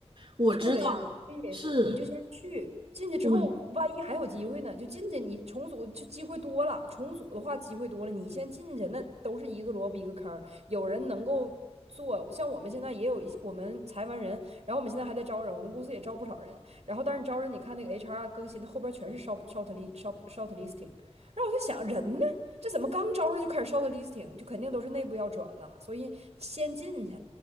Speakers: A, on the right (about 55°); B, on the right (about 75°).
A: 我知道
B: 就是这样，所以你就先去。
A: 是，
B: 进去之后，
A: 嗯，
B: 万一还有机会呢？就进去，你重组就机会多了。重组的话，机会多了，你先进去，那都是一个萝卜一个坑儿。有人能够做，像我们现在也有一我们裁完人，然后我们现在还在招人，我们公司也招不少人，然后但是招人你看那个 HR 更新的后边全是 short short list short short listing，然后我在想人呢，这怎么刚招上就开始 short listing，就肯定都是内部要转了，所以先进去，